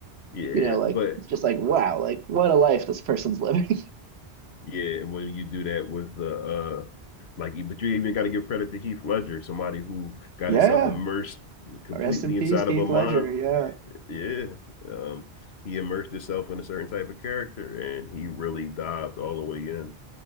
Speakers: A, on the left; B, on the right.
A: yeah,
B: You know, like
A: But
B: it's just like wow, like what a life this person's living. <laughs>
A: Yeah, and when you do that with uh, uh like but you even got to give credit to Heath Ledger, somebody who got
B: Yeah.
A: himself immersed completely
B: Rest in peace,
A: inside
B: Heath
A: of a mind.
B: Ledger. Yeah.
A: Yeah, um, he immersed himself in a certain type of character, and he really dived all the way in.